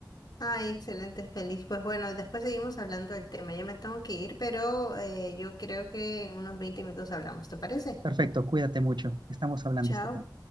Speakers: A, on the left (about 65°); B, on the right (about 85°).
A: Ay, excelente, feliz. Pues bueno, después seguimos hablando del tema. Ya me tengo que ir, pero eh, yo creo que en unos 20 minutos hablamos, ¿te parece?
B: Perfecto, cuídate mucho. Estamos hablando,
A: Chao.
B: Estefan.